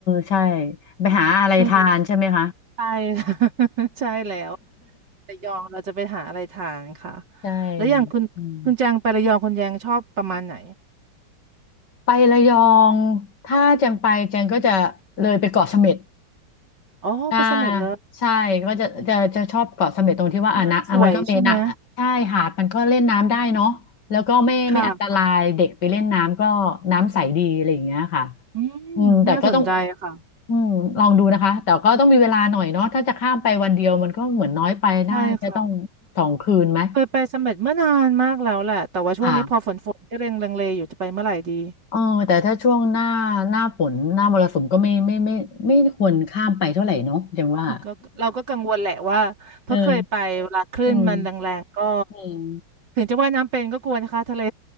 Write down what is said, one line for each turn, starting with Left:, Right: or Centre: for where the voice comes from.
Left: ใช่ไปหาอะไรทานใช่ไหมคะ
Right: ช่วงนี้ใช่ <laughs> ใช่แล้ว ระยองเราจะไปหาอะไรทานค่ะ
Left: <laughs> ใช่
Right: แล้วอย่างคุณคุณแจงไประยองคุณแจงชอบประมาณไหน
Left: อืม ไประยองถ้าแจงไปแจงก็จะเลยไปเกาะเสม็ด
Right: อ๋อไปเสม็ดเลย
Left: อ่าใช่ก็จะจะจะชอบเกาะเสม็ดตรงที่ว่าอ่ะนะอ่ะมันก็มีนะใช่หาดมันก็เล่นน้ำได้เนาะแล้วก็ไม่ไม่อันตรายเด็กไปเล่นน้ำก็น้ำใสดีอะไรอย่างเงี้ยค่ะ
Right: ใช่ไหมสวยใช่ไหมค่ะอืมน่าสนใจค่ะ
Left: อืมแต่ก็ต้องอืมลองดูนะคะแต่ก็ต้องมีเวลาหน่อยเนาะถ้าจะข้ามไปวันเดียวมันก็เหมือนน้อยไปน่าจะต้องสองคืนไหม
Right: ใช่ค่ะเคยไปเสม็ดเมื่อนานมากแล้วแหละ แต่ว่าช่วงนี้พอฝนฝนก็เรงลังเลอยู่จะไปเมื่อไหร่ดี
Left: ค่ะ เออแต่ถ้าช่วงหน้าหน้าฝนหน้ามรสุมก็ไม่ไม่ไม่ไม่ไม่ควรข้ามไปเท่าไหร่เนาะอย่างว่า
Right: ก็เราก็กังวลแหละว่าเพราะเคยไปเวลาคลื่นมันแรงๆก็
Left: <laughs> เอออืมอืม
Right: ถึงจะว่ายน้ำเป็นก็กลัวนะคะทะเล